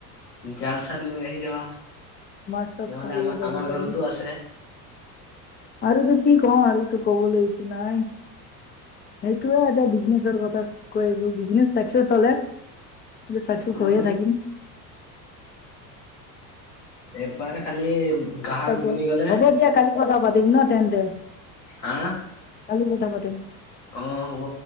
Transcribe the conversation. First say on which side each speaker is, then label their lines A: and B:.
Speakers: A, on the left; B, on the left.
A: জাল-চাল লৈ আহি যাবা।
B: মাছ-চাছ
A: নহ'লে
B: মাৰিব
A: আমাৰ
B: যাব
A: আমাৰ
B: পাৰিম
A: ঘৰতো আছে।
B: আৰু কি কও আৰু ক'বলৈটো একো নাই। সেইটোয়ে এতিয়া বিজনেচৰ কথা শিকি আহিছো বিজনেচ চাকচেছ হ'লে ত' চাকচেছ
A: উম,
B: হৈয়ে থাকিম।
A: এবাৰ খালি গ্ৰাহক
B: তাকে
A: বনি গ'লে
B: হ'ব দিয়া, কালি কথা পাতিম ন তেন্তে।
A: হা।
B: কালি কথা পাতিম।
A: অ' হ'ব।